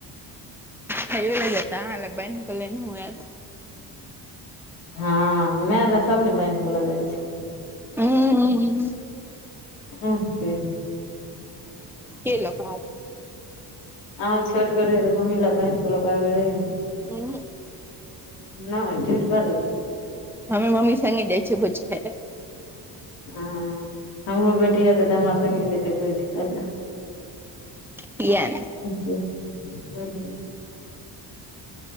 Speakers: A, in the centre; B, on the left.
A: खइयो ल जैतऽ, आहाँ ले बैन्ह क लेनहो ऐऽत।
B: हँ, मैऽ लैऽ सब ने बैन्ह क लऽ जाइ छै।
A: हूँम्म।
B: <unintelligible>
A: केलक अहाँ के
B: आहूँ छोट गो रैहिये तऽ मम्मी ल बैन्ह क लऽ क आबे रहिये ने?
A: आएत
B: नैय, झेठगर रहै।
A: हमे मम्मी संगे जाइ छियै भोज खाय लैऽ।
B: हं, हमरो बेटी हेतै तऽ हमरा संगे जेत तै भोज़ खाइ लैऽ।
A: किया नै
B: तनी